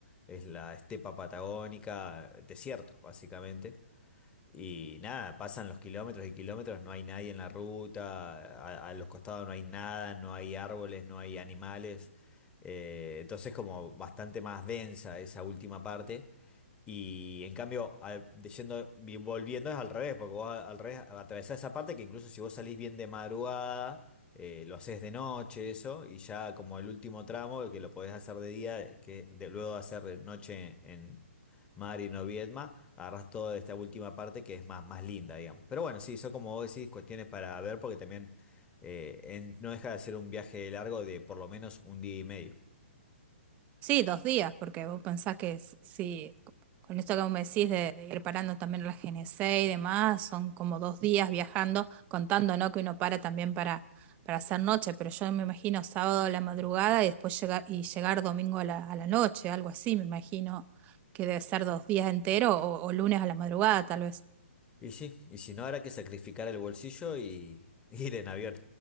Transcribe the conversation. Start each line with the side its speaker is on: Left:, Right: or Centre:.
Left: es la estepa patagónica, desierto, básicamente. Y nada, pasan los kilómetros y kilómetros, no hay nadie en la ruta, a, a los costados no hay nada, no hay árboles, no hay animales. Eh, entonces como bastante más densa esa última parte. Y en cambio, al- de- yendo, vi- volviendo es al revés, porque vos a- al revés atravesás esa parte que incluso si vos salís bien de madrugada, eh, lo haces de noche, eso, y ya como el último tramo, que lo podés hacer de día, eh, que de, luego de hacer de noche en Mari o Viedma, agarrás toda esta última parte que es más, más linda, digamos. Pero bueno, sí, son como vos decís, cuestiones para ver, porque también eh, en- no deja de ser un viaje largo de por lo menos un día y medio.
Right: Sí, dos días, porque vos pensás que s- sí, c- con esto que vos me decís de, de ir parando también la GNC y demás, son como dos días viajando, contando, ¿no? Que uno para también para, para hacer noche, pero yo me imagino sábado a la madrugada y después llegar, y llegar domingo a la, a la noche, algo así, me imagino que debe ser dos días enteros o, o lunes a la madrugada, tal vez.
Left: Y sí, y si no, habrá que sacrificar el bolsillo y <laughs> ir en avión.